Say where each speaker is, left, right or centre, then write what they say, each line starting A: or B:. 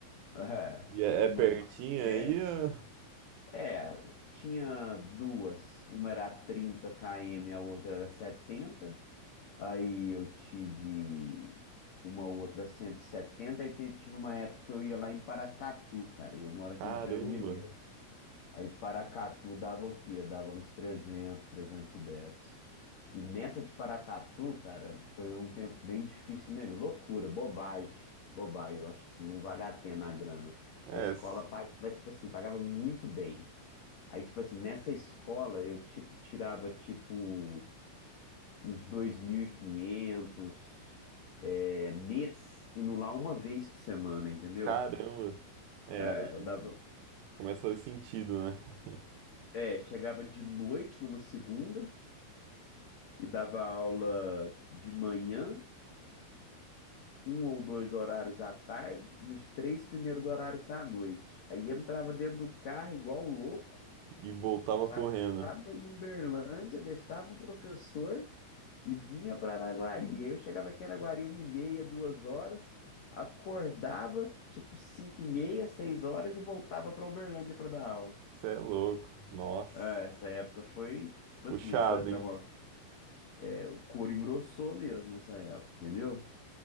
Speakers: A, on the left (about 85°); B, on the right (about 80°).
A: É,
B: E é, é
A: umas
B: pertinho
A: mais perto.
B: aí? ó?
A: É, tinha duas, uma era a 30 km, a outra era 70. Aí eu tive uma outra cento e setenta e te- tive uma época que eu ia lá em Paracatu, cara. Eu moro aqui
B: Caramba!
A: no Triângulo Mineiro. Aí Paracatu dava o quê? Dava uns 300, 310. E dez. E nessa de Paracatu, cara, foi um tempo bem difícil da minha vida. Loucura, bobagem, bobagem. Eu acho assim, não vale a pena a grana.
B: É,
A: A escola
B: s-
A: pagava, tipo assim, pagava muito bem. Aí, tipo assim, nessa escola eu, tipo, tirava, tipo uns 2.500 é, mês, indo lá uma vez por semana, entendeu?
B: caramba! É,
A: É,
B: aí
A: eu dava,
B: começa a fazer sentido, né? <laughs>
A: é, chegava de noite numa segunda e dava aula de manhã, um ou dois horários à tarde e os três primeiros horários da noite. Aí entrava dentro do carro igual louco.
B: E voltava
A: Passava
B: correndo.
A: em Uberlândia, deixava o professor e vinha para Araguari. Aí eu chegava aqui em Araguari uma e meia, duas horas, acordava tipo cinco e meia, seis horas e voltava para Uberlândia para dar aula.
B: Você é louco, nossa.
A: É, essa época foi tipo
B: Puxado,
A: assim, essa da
B: hein?
A: mo- é, o couro engrossou mesmo nessa época, entendeu?